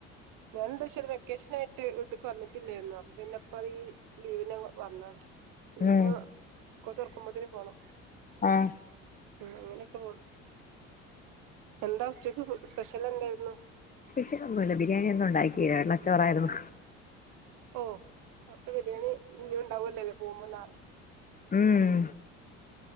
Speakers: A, on the right; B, on the left.
A: ഞാൻ എന്താ വച്ചാല് വെക്കേഷൻ ആയിട്ട് വീട്ട്ക്ക് വന്നിട്ടില്ലായിരുന്നു അപ്പ പിന്നെപ്പ അത് ഈ ലീവിനെ വ വന്ന ഇനിയിപ്പോ
B: ഉം
A: സ്കൂൾ തൊർക്കുമ്പോത്തിന് പോണം
B: ആഹ്
A: ഉം അങ്ങനെയൊക്കെ പോണ് എന്താ ഉച്ചക്ക് സ്പെഷ്യൽ എന്തായിരുന്നു
B: സ്പെഷ്യ ഒന്നുല്ല ബിരിയാണിയ ഒന്നും ഉണ്ടാക്കില്ല വെള്ളച്ചോറായിരുന്നു
A: ഓഹ് അപ്പൊ ബിരിയാണി ഇന്ന ഉണ്ടാവല്ലോ അല്ലേ പോകുമ്പോ നാള
B: ഉം